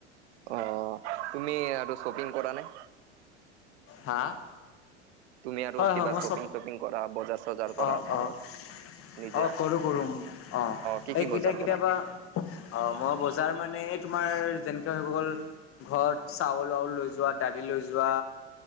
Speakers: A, on the right; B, on the left.
A: অ', তুমি আৰু শ্বপিং কৰা নে?
B: হা'?
A: তুমি আৰু
B: হয়
A: কিবা
B: হয় মই
A: শ্বপিং তপিং কৰা, বজাৰ চজাৰ কৰা
B: অ'
A: ঘৰৰ?
B: অ'
A: নিজে?
B: অ', কৰো কৰো অ',
A: কি
B: এই
A: কি
B: কেতিয়া
A: বজাৰ
B: কেতিয়াবা
A: কৰা?
B: অ', মই বজাৰ মানে তোমাৰ যেনেকে হৈ গ'ল ঘৰত চাউল আউল লৈ যোৱা, দালি লৈ যোৱা,